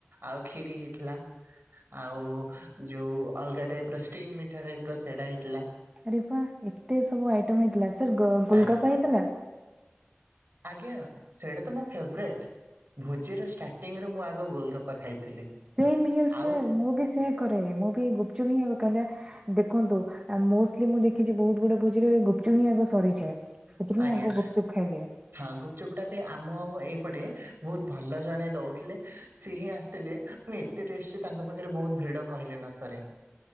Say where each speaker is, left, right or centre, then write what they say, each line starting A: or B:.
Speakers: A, on the right; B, on the right.
A: ଆଉ କ୍ଷୀରି ହେଇଥିଲା। ଆଉ ଯୋଉ ଅଲଗା ଟାଇପ୍ ର ଷ୍ଟିମି ମିଠା ଟାଇପ୍ ର ସେଟା ହେଇଥିଲା।
B: ଆରେ ବା ଏତେ ସବୁ ଆଇଟମ୍ ହେଇଥିଲା ସାର୍ ଗୋଲ ଗୋଲ୍
A: ଆଜ୍ଞା
B: କପା ହେଇଥିଲା।
A: ଆଜ୍ଞା ସେଇଟା ତ ମୋ ଫେବ୍ରେଟ୍। ଭୋଜିର ଷ୍ଟାର୍ଟିଂରେ ମୁଁ ଆଗ ଗୋଲ୍ କପା ଖାଇଥିଲି।
B: ସେମ୍ ଇଅର ସାର୍
A: ଆଉ
B: ମୁଁ ବି ସେଇଆ କରେ ମୁଁ ବି ଗୁପ୍ ଚୁପ୍ ହିଁ ଆଗ କାହିଁକି ନା ଦେଖନ୍ତୁ ମୋଷ୍ଟଲି ମୁଁ ଦେଖିଚି ବହୁତ୍ ଗୁଡେ ଭୋଜିରେ ଗୁପ୍ ଚୁପ୍ ହିଁ ଆଗ ସରିଯାଏ। ସେଥିପାଇଁ
A: ଆଜ୍ଞା।
B: ଆଗ ଗୁପଚୁପ୍ ଖାଇଦିଏ।
A: ହଁ ଗୁପ୍ ଚୁପ୍ ଟା ବି ଆମ ଏଇପଟେ ବହୁତ୍ ଭଲ ଜଣେ ଦଉଥିଲେ ସିଏ ହିଁ ଆସିଥିଲେ। ମାନେ ଏତେ ଟେଷ୍ଟ୍ ତାଙ୍କ ପାଖରେ ବହୁତ୍ ଭିଡ କହିଲେ ନ ସରେ।